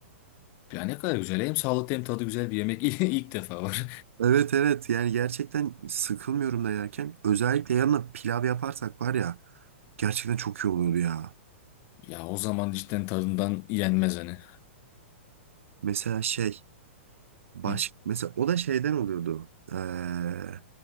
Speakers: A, on the left; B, on the right.
A: Ya ne kadar güzel. Hem sağlıklı hem tadı güzel bir yemek <laughs> ilk, defa var.
B: Evet evet yani gerçekten sıkılmıyorum da yerken. Özellikle yanına pilav yaparsak var ya gerçekten çok iyi oluyordu ya.
A: Ya o zaman cidden tadından yenmez hani.
B: Mesela şey Baş,
A: Hı.
B: mesela o da şeyden oluyordu. Ee,